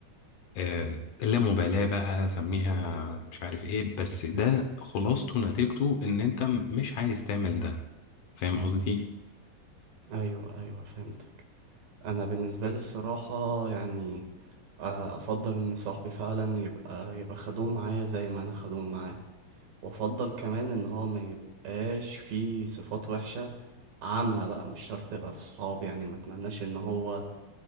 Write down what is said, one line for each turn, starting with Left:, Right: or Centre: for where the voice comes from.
Left: آه، اللامبالاة بقى سميها مش عارف ايه بس ده خلاصته نتيجته ان انت م- مش عايز تعمل ده فاهم قصدي؟
Right: ايوه ايوه فهمتك انا بالنسبة لي الصراحة يعني آه، افضل ان صاحبي فعلا يبقى يبقى خدوم معايا زي ما انا خدوم معاه وافضل كمان ان هو ما يبقاش فيه صفات وحشة عامة بقى مش شرط تبقى في صحاب يعني ما اتمناش ان هو